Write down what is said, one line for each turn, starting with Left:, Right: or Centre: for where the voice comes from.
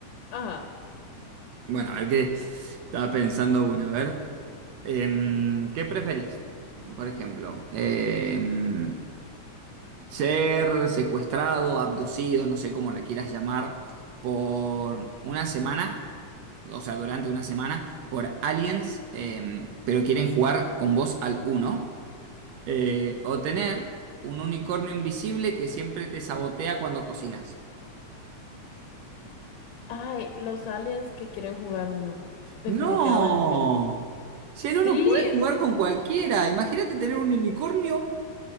Left: Ajá.
Right: Bueno, a ver qué estaba pensando una. A ver. Em, ¿qué preferís? Por ejemplo, em, ser secuestrado, abducido, no sé cómo le quieras llamar, por una semana, o sea, durante una semana, por aliens, eh, pero quieren jugar con vos al uno, Eh, o tener un unicornio invisible que siempre te sabotea cuando cocinas.
Left: Ay, los aliens que quieren jugar uno, definitivamente.
Right: ¡No! Si
Left: Sí,
Right: en uno podés jugar con cualquiera, imagínate tener un unicornio